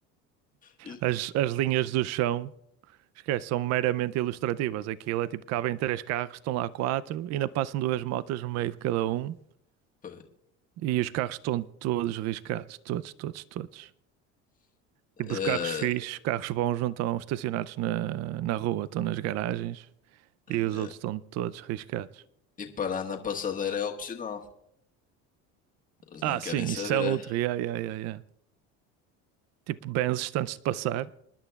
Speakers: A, on the left (about 25°); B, on the right (about 55°).
A: E,
B: As, as linhas do chão, esquece, são meramente ilustrativas, aquilo é tipo, cabem três carros, estão lá quatro, ainda passam duas motas no meio de cada um
A: pois.
B: e os carros estão todos riscados, todos, todos, todos. Tipo,
A: É,
B: os carros fixos, carros bons não estão estacionados na, na rua, estão nas garagens
A: é.
B: e os outros estão todos riscados.
A: E parar na passadeira é opcional. Eles
B: Ah,
A: nem querem
B: sim,
A: saber.
B: isso é outro, yeah, yeah, yeah, yeah. Tipo, benzes antes de passar